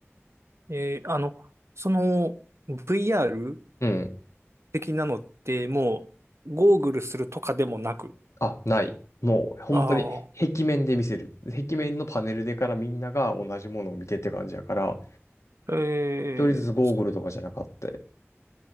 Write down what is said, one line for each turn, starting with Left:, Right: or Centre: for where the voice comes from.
Right: えーあの、その VR
Left: うん。
Right: 的なのって、もう、ゴーグルするとかでもなく。
Left: あ、ない。もう本当に壁面で見せる。
Right: ああ、
Left: 壁面のパネルでからみんなが同じものを見てって感じやから、
Right: え
Left: 一人ずつゴーグルとかじゃなかった。
Right: ー